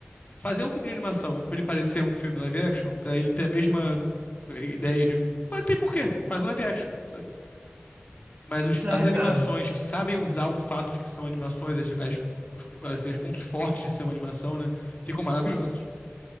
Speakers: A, on the left; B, on the right.
A: Fazer um filme de animação pra ele parecer um filme live action, pra ele ter a mesma ideia de. Fa- Tem porquê, faz um live action, sabe? Mas os-
B: Pois é,
A: as animações
B: cara.
A: que sabem usar o fato de que são animações, as, as- os, assim, os pontos fortes de ser uma animação, né? Ficam maravilhosas.